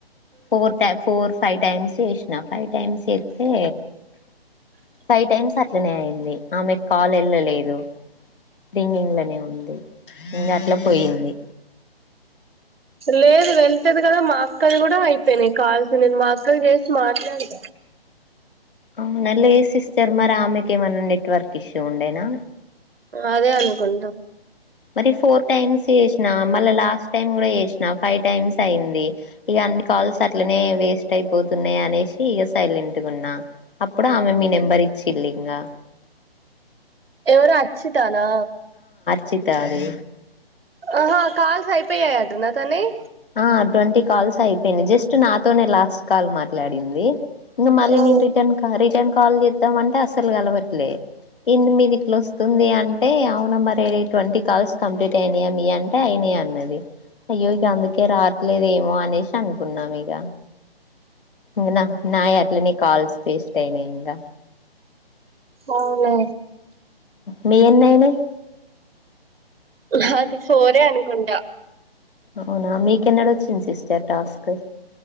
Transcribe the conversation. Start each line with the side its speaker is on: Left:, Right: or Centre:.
Left: ఫోర్ టై ఫోర్ ఫైవ్ టైమ్స్ చేసినా ఫైవ్ టైమ్స్ చేతే ఫైవ్ టైమ్స్ అట్లనే అయింది ఆమె కాల్ వెళ్ళలేదు రింగింగ్లనే ఉంది ఇంకా అట్లా పోయింది
Right: లేదు వెళ్తది కదా మా అక్కది కూడా అయిపోయినాయి కాల్స్ నేను మా అక్కకి చేసి మాట్లాడిన
Left: అవునా లేద్ సిస్టర్ మరి ఆమెకి ఏమైన్నా నెట్వర్క్ ఇష్యూ ఉండేనా
Right: అదే అనుకుంట
Left: మరి ఫోర్ టైమ్స్ చేసిన మళ్ళ లాస్ట్ టైమ్ కూడా చేసినా ఫైవ్ టైమ్స్ అయింది ఇక అన్ని కాల్స్ అట్లనే వేస్ట్ అయిపోతున్నాయి అనేసి ఇక సైలెంట్గున్న అప్పుడు ఆమె మీ నెంబర్ ఇచ్చిల్లి ఇంగా
Right: ఎవరు అచ్చి త నా
Left: చితా దీ
Right: ఆహా కాల్స్ అయిపోయాయి అంటన తనేయీ
Left: ఆ అటువంటి కాల్స్ తయిపోయినయి జస్ట్ నాతోనే లాస్ట్ కాల్ మాట్లాడింది. నువ్వ్ మళ్ళి
Right: ఆ
Left: నేన్ రిటర్న్ కా రిటర్న్ కా కాల్ చేద్దామంటే అసలు కలవట్లే ఏంది మీది ఇట్ల వస్తుంది అంటే అవ్ ఫోన్ నెంబర్ అయి ట్వంటీ కాల్స్ కంప్లీట్ అయినాయా అంటే అయినాయి అన్నది అయ్యో ఇక అంది లేదేమో అనేసి అనుకున్నాం ఇగ ఇంగ న నాయీ అ ల్ నీ కాల్స్ వేస్ట్ అయినాయి గా
Right: అవున
Left: మీ ఎన్నిఅయినై
Right: నాది ఫోరే అనుకుంట
Left: అవునా మీకెన్నడు వచ్చింది సిస్టర్ టాస్క్